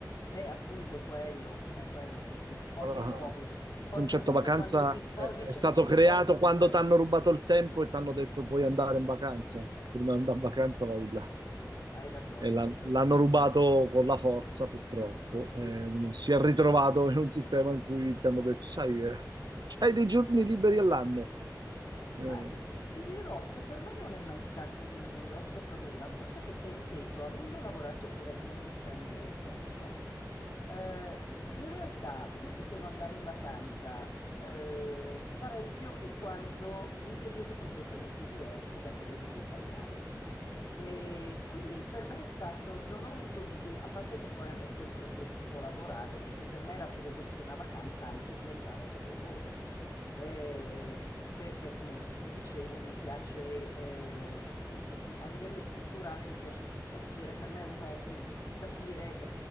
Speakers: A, on the left; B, on the right.
A: E appunto è quello, è quello che ti, poi
B: Il
A: ti muovi. Poi
B: concetto
A: comunque
B: vacanza
A: quando ti
B: è
A: sposi,
B: è
A: cioè,
B: stato
A: ci
B: creato
A: sposi,
B: quando
A: eh,
B: ti hanno rubato il tempo e ti hanno detto puoi andare in vacanza. Prima di andare in vacanza vai là.
A: hai ragione
B: E l'han-
A: anche tu.
B: l'hanno rubato con la forza, purtroppo. E uno si è ritrovato in un sistema in cui ti hanno detto, sai, eh, hai dei giorni liberi all'anno. Eh,
A: Ma ti, ti dirò che per me non è mai stato un grosso problema, forse perché, ripeto, avendo lavorato per aziende straniere spesso, eh, in realtà io potevo andare in vacanza eh, parecchio e quando in periodi completamente diversi da quelli degli italiani. E quindi per me è stato, non ho avuto l'idea, a parte che poi a me è sempre piaciuto lavorare, per cui per me era per esempio una vacanza anche viaggiare per lavoro eh, perché, come ti dicevo, mi piace, eh, m- a livello culturale, mi piace capire, per me è un hobby, capire,